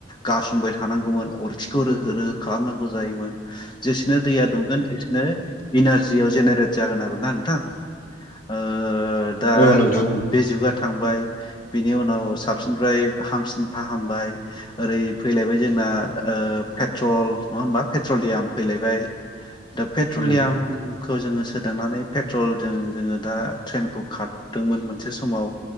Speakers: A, on the left; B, on the left.
A: गारसंबाय थानांगौमोन अरथखखौ खालामनांगौ जायोमोन जेसेनो दैया दुंगोन एसेनो इनारजि याव जेनेरेट जागोन आरोना नोंथां ओ दा
B: औ नोंथां
A: बे जुगा थांबाय बिनि उनाव साबसिननिफ्राय हामसिन फाहामबाय ओरै फैलायबाय जों आ ओ पेट्रल नङा हबा पेट्रलियाम फैलायबाय दा पेट्रलियाम
B: ओं
A: खौ जोङो सोदांनानै पेट्रल जों जोङो दा ट्रेनखौ खारदोंमोन मोनसे समाव